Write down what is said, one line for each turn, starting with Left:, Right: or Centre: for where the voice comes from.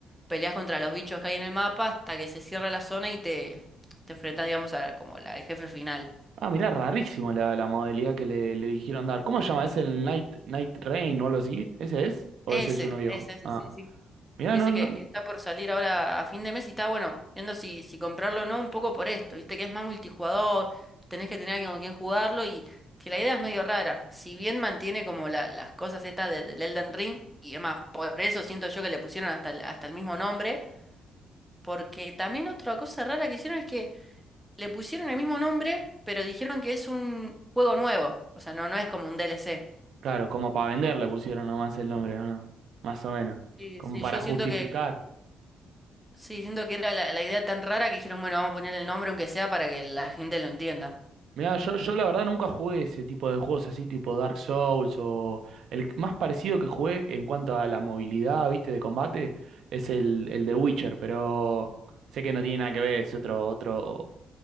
Centre: peleas contra los bichos que hay en el mapa hasta que se cierra la zona y te, te enfrentas, digamos, a, como la- al jefe final.
Right: Ah, mirá, rarísimo la, la modalidad que le, le dijeron dar. ¿Cómo se llama? ¿Es el Night, Night Rain o algo así? ¿Ese es? ¿O
Centre: Ese,
Right: ese es uno viejo?
Centre: ese, ese,
Right: Ah,
Centre: sí, sí.
Right: mirá,
Centre: Sí,
Right: no,
Centre: ese
Right: no.
Centre: que, que está por salir ahora a fin de mes y está, bueno, viendo si, si comprarlo o no, un poco por esto, viste que es más multijugador, tenés que tener alguien con quien jugarlo y que la idea es medio rara. Si bien mantiene como la- las cosas estas de- del Elden Ring y demás, por eso siento yo que le pusieron hasta el, hasta el mismo nombre Porque también otra cosa rara que hicieron es que le pusieron el mismo nombre, pero dijeron que es un juego nuevo. O sea, no, no es como un DLC.
Right: Claro, como para vender le pusieron nomás el nombre, ¿o no? Más o menos.
Centre: Sí,
Right: Como
Centre: sí,
Right: para
Centre: yo
Right: justificar.
Centre: siento que, sí, siento que era la, la idea tan rara que dijeron, bueno, vamos a poner el nombre aunque sea para que la gente lo entienda.
Right: Mirá, yo, yo la verdad nunca jugué ese tipo de juegos así, tipo Dark Souls o... El más parecido que jugué en cuanto a la movilidad, viste, de combate, es el, el de Witcher, pero sé que no tiene nada que ver, es otro, otro,